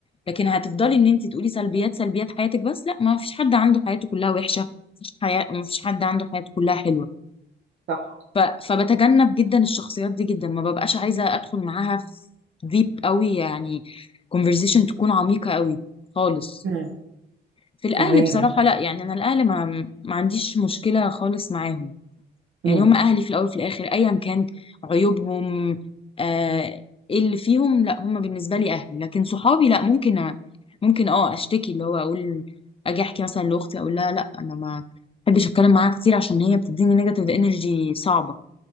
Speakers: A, on the left (about 30°); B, on the right (about 75°).
A: لكن هتفضلي ان انت تقولي سلبيات سلبيات حياتك بس لا ما فيش حد عنده حياته كلها وحشه مفيش حياة ما فيش حد عنده حياته كلها حلوه
B: صح
A: ف... فبتجنب جدا الشخصيات دي جدا ما ببقاش عايزه ادخل معاها في ديب قوي يعني conversation تكون عميقه قوي خالص
B: مم.
A: في الاهل
B: تمام
A: بصراحه لا يعني انا الاهل ما ما عنديش مشكله خالص معاهم
B: امم
A: يعني هم اهلي في الاول وفي الاخر ايا كان عيوبهم آه إيه اللي فيهم لا هم بالنسبه لي اهلي لكن صحابي لا ممكن أ- ممكن اه اشتكي اللي هو اقول اجي احكي مثلا لاختي اقول لها لا انا ما بحبش اتكلم معاها كتير عشان هي بتديني نيجاتيف انرجي صعبه